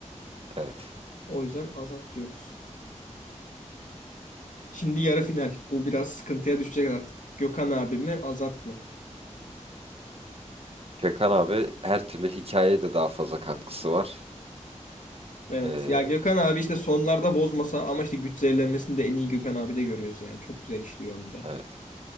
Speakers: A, on the right; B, on the left.
A: Evet.
B: O yüzden Azad diyoruz. Şimdi yarı final. Bu biraz sıkıntıya düşecek artık. Gökhan abi mi, Azat mı?
A: Gökhan abi her türlü hikayeye de daha fazla katkısı var.
B: Evet.
A: Ee,
B: Ya Gökhan abi işte sonlarda bozmasa ama işte güç zehirlenmesini de en iyi Gökhan abi de görüyoruz yani. Çok güzel işliyor onu da.
A: evet.